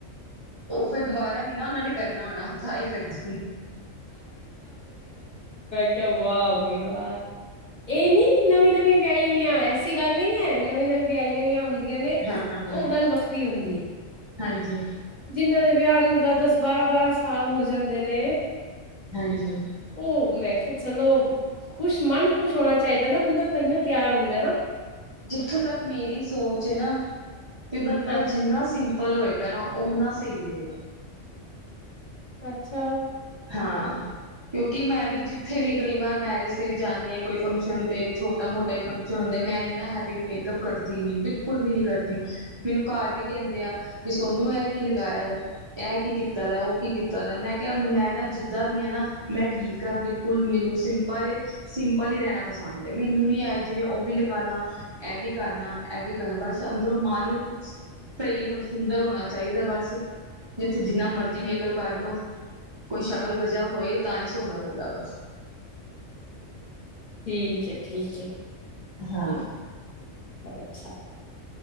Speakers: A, on the right; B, on the left.
A: ਉਹ ਫੇਿਰ ਦੁਬਾਰਾ ਨੀ ਨਾ ਉਹਨਾਂ ਨੇ ਕਰਨਾ ਹੋਣਾ ਤਾਂ ਇਹ ਕਰਦੇ
B: ਕਿਆ ਵਆ ਭਾਈ ਯਾਰ ਇਹ ਨੀ ਕਿ ਨਵੀਂ ਨਵੀਂ ਵਿਆ ਐਸੀ ਗੱਲ ਨਹੀਂ ਹੈ ਨੀਂ ਨੀਂ ਵਿਆਹੀਈਆਂ ਹੋ ਹੁੰ ਹ ਨੇ
A: ਹਾਂ-ਹਾਂ-ਹਾਂ,
B: ਉਹ ਗੱਲ ਵੱਖਰੀ ਹੁੰਦੀ ਹੈ
A: ਹਾਂਜੀ
B: ਜਿੰਨਾਂ ਦੇ ਵਿਆਹ ਨੂੰ ਦਸ ਦਸ ਬਾਰਾਂ ਬਾਰਾਂ ਸਾਲ ਹੋ ਜਾਂਦੇ ਨੇ
A: ਹਾਂਜੀ
B: ਉਹ ਮੈਂ ਚਲੋ ਖੁਸ਼ ਮਨ ਖੁਸ਼ ਹੋਣਾ ਚਾਹੀਦਾ ਨਾ ਬੰਦਾ ਤਹੀਓ ਤਿਆਰ ਹੁੰਦਾ ਨਾ
A: ਜਿੱਥੋਂ ਤੱਕ ਮੇਰੀ ਸੋਚ ਨਾ ਤੇ ਬੰਦਾ
B: ਹਾਂ
A: ਜਿੰਨਾ ਪਲ ਹੋਏ ਕਹ ਨਾ ਓਨਾ ਸਹੀ ਰਹੇਗਾ
B: ਅੱਛਾ
A: ਹਾਂ ਕਿਉਂਕਿ ਮੈਂ ਵੀ ਜਿੱਥੇ ਵੀ ਕਈ ਵਾਰ ਮੈਰਿਜ ਤੇ ਵੀ ਜਾਂਦੀ ਹ ਕੋਈ ਫੰਕਸ਼ਨ ਤੇ ਛੋਟਾ ਮੋਟਾ ਹੀ ਫੰਕਸ਼ਨ ਹੁੰਦੇ ਮੈਂ ਇੰਨਾ ਹੈਵੀ ਮੇਕਅਪ ਕਰਦੀ ਨੀ ਬਿਲਕੁਲ ਵੀ ਨੀ ਕਰਦੀ ਮੈਨੂੰ ਘਰ ਵੀ ਕਹਿੰਦੇ ਆ ਵੀ ਸੋਨੂੰ ਇਹ ਕੀ ਲਗਾਇਆ ਇਹ ਕੀ ਕੀਤਾ ਦਾ ਉਹ ਕੀ ਕੀਤਾ ਦਾ ਮੈਂ ਕਿਹਾ ਮੈਂ ਜਿੱਦਾਂ ਵੀ ਆ ਨਾ ਮੈਂ ਠੀਕ ਹਾਂ ਬਿਲਕੁਲ ਮੈਨੂੰ ਸਿੰਪਲ ਸਿੰਪਲ ਹੀ ਰਹਿਣਾ ਪਸੰਦ ਹੈ ਮੈਨੂੰ ਨੀ ਆ ਜਿਵੇਂ ਉਹ ਵੀ ਲਗਾ ਲਾ ਇਹ ਵੀ ਕਰਨਾ ਇਹ ਵੀ ਕਰ ਲ ਬਸ ਅੰਦਰੋਂ ਮਨ ਸਹੀ ਹੋਣਾ ਸੁੰਦਰ ਹੋਣਾ ਚਾਹੀਦਾ ਬਸ ਜਿੱਥੇ ਜਿੰਨਾ ਮਰਜੀੀ ਮ ਕੋ ਕਰ ਲਓ ਕੋਈ ਸ਼ਕਲ ਵਜਾ ਹੋਏ ਤਾਂ ਹੀ ਸੋਹਣਾ ਲੱਗਦਾ ਬਸ
B: ਠੀਕ ਹੈ ਠੀਕ ਹੈ
A: ਹਾਂ
B: ਅੱਛਾ